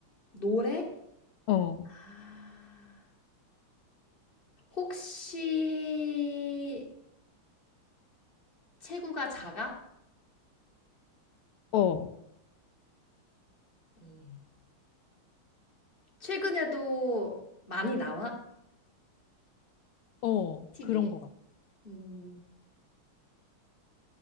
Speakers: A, on the left; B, on the left.
A: 노래?
B: 어,
A: 아, 혹시 체구가 작아?
B: 어,
A: 음. 최근에도 많이 나와?
B: 어,
A: TV에?
B: 그런 것 같아.
A: 음.